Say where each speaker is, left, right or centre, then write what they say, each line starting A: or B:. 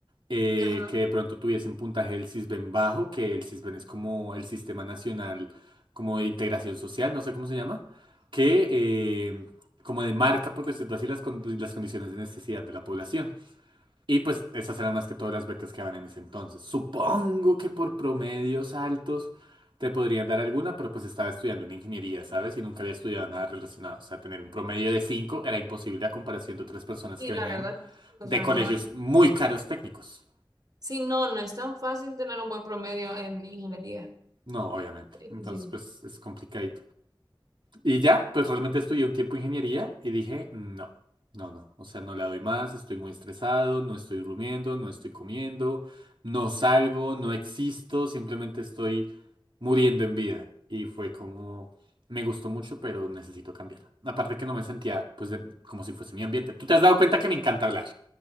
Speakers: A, on the right (about 65°); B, on the right (about 50°).
A: eh,
B: Ajá.
A: que de pronto tuviesen puntaje del Sisbén bajo, que el Sisbén es como el Sistema Nacional como de Integración Social, no sé cómo se llama, que eh, como demarca, por decirlo así, las, con- las condiciones de necesidad de la población. Y pues esas eran más que todas las becas que daban en ese entonces. Supongo que por promedios altos te podrían dar alguna, pero pues estaba estudiando una ingeniería, ¿sabes? Y nunca había estudiado nada relacionado. O sea, tener un promedio de 5 era imposible a comparación de otras personas
B: Y
A: que venían
B: la verdad, que sí, o
A: de
B: sea,
A: colegios
B: no.
A: muy caros técnicos.
B: Sí, no, no es tan fácil tener un buen promedio en ingeniería.
A: No, obviamente.
B: Es
A: Entonces,
B: difícil.
A: pues es complicado. Y ya, pues realmente estudié un tiempo ingeniería y dije, no, no, no, o sea, no le doy más, estoy muy estresado, no estoy durmiendo, no estoy comiendo, no salgo, no existo, simplemente estoy muriendo en vida. Y fue como, me gustó mucho, pero necesito cambiar. Aparte que no me sentía, pues, de- como si fuese mi ambiente. Tú te has dado cuenta que me encanta hablar